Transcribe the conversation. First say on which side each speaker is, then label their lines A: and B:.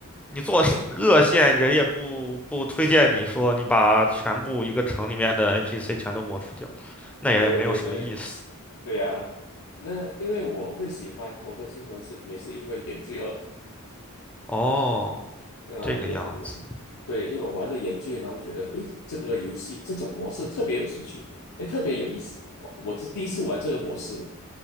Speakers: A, in the centre; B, on the left (about 80°).
A: 你做 <laughs> 恶线人也不不推荐你说你把全部一个城里面的 NPC 全都抹除掉。那也没有什么意思。
B: 对对对对呀、那因为我会喜欢《伯特之门》是也是因为《原罪二》，
A: 哦，
B: 那研那
A: 这个样子。
B: 对，因为我玩的研究，然后觉得诶，这个游戏这种模式特别有兴趣，诶，特别有意思。我我是第一次玩这个模式嘛，